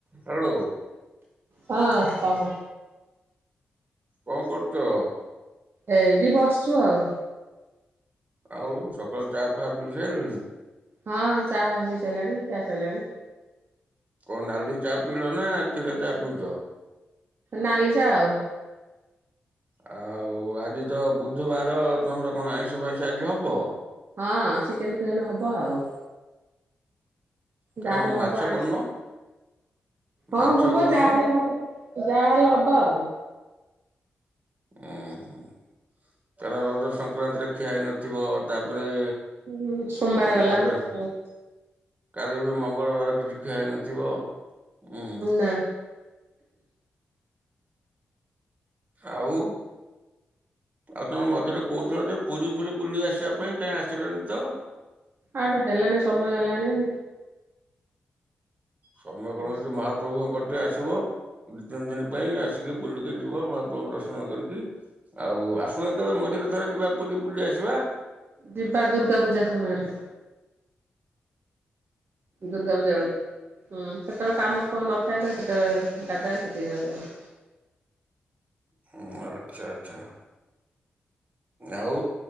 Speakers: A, on the right; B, on the right.
A: Hello.
B: ହଁ କହ
A: କଁ କରୁଛ?
B: ଏଇଠି ବସଛୁ ଆଉ।
A: ଆଉ ସକାଳୁ ଚା ଫା ପିଇ ସାଇଲଣି?
B: ହଁ ଚାହା ହେଇ ସାଇଲାଣି ଖିଆ ସଇଲାଣି।
A: କଣ ନାଲି ଚା ପିଇଲ ନା କ୍ଷୀର ଚା ପିଉଛ?
B: ନାଲି ଚା ଆଉ।
A: ଆଉ ଆଜି ତ ବୁଧୁବାର ତମର କଣ ଆଇଁଷ ଫାଇଁଷ ଆଜି ହବ?
B: ହଁ ଚିକେନ ଫିକେନ ହବ ଆଉ।
A: କାଇଁ
B: ଯାହାହେଲେ ହବ
A: ମାଛ
B: ଆଇଁଷ
A: କରିନ
B: ହଁ
A: ମାଛ
B: ହବ
A: କରିନ
B: ଯାହାହେଲେ ହବ। ଯାହାହେଲେ ହବ ଆଉ।
A: ଉଁ, କାରଣ ରଜ ସଂକ୍ରାନ୍ତିରେ ଖିଆ ହେଇ ନଥିବ ତାପରେ
B: ଉଁ ସୋମବାର ଗଲା
A: ତାପରେ
B: ଉଁ।
A: କାଲି ବି ମଙ୍ଗଳବାର କିଛି ଖିଆଇନଥିବ ଉଁ।
B: ନା
A: ଆଉ। ଆଉ ତମ ମଝିରେ କହୁଥିଲ ଯେ ପୁରୀ ଫୁରୀ ବୁଲି ଆସିବା ପାଇଁ କାଇଁ ଆସିଲନି ତ।
B: ଆ ହେଲାନି ସମୟ ହେଲାନି।
A: ସମୟ
B: ଆଉ
A: କଣ ଅଛି ମହାପ୍ରଭୁଙ୍କ କତିକି ଆସିବ। ଦି ତିନି ଦିନ ପାଇଁ ଆସିକି ବୁଲିକି ଯିବ ମହାପ୍ରଭୁଙ୍କୁ ଦର୍ଶନ କରିକି। ଆଉ ଆସୁନ କେବେ ମଝିରେ ଥରେ ଯିବା ପୁରୀ ବୁଲି ଆସିବା।
B: ଯିବା ଦୁର୍ଗା ପୂଜା ସମୟରେ। ଦୁର୍ଗା ପୂଜା ବେଳକୁ ହୁଁ ସେତେବେଳେ କାମ ଫାମ ନଥାଏ ତ ସେତେବେଳେ ଫାଙ୍କାଥାଏ, ସେତିକିବେଳଯାଉ।
A: ହୁଁ, ଆଚ୍ଛା ଆଚ୍ଛା। ଆଉ